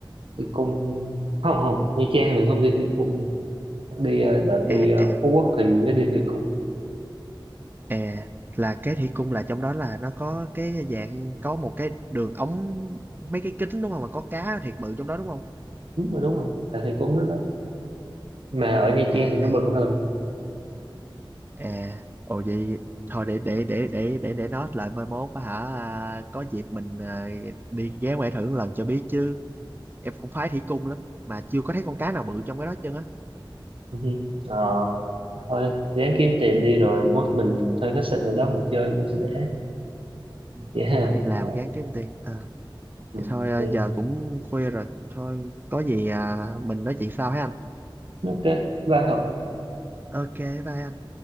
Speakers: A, on the right; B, on the right.
A: thủy cung không không Nha Trang mình không đi thủy cung đi ờ, đợt đi
B: à
A: ờ,
B: à
A: Phú Quốc thì mình mới đi thủy cung
B: à là cái thủy cung là trong đó là nó có cái dạng có một cái đường ống mấy cái kính đúng không mà có cá thiệt bự trong đó đúng không
A: đúng rồi đúng rồi là thủy cung đó đó mà ở Nha
B: à
A: Trang
B: à
A: thì nó bự hơn
B: à ồ vậy thôi để để để để để để nó lại mai mốt á hả à, có dịp mình à, đi ghé ngoài thử một lần cho biết chứ em cũng khoái thủy cung lắm mà chưa có thấy con cá nào bự trong cái đó trơn á
A: Ừ hử. ờ thôi ráng kiếm tiền đi rồi mốt mình thuê khách sạn ở đó mình chơi nó sẽ đẻ
B: Ừ,
A: dễ Dạ
B: chắc
A: ha
B: phải đi làm
A: Ờ,
B: gán kiếm tiền à
A: ừ.
B: vậy thôi à,
A: ừ.
B: giờ cũng khuya rồi thôi có gì à, mình nói chuyện sau ha anh
A: ok bye Hậu.
B: ok bye anh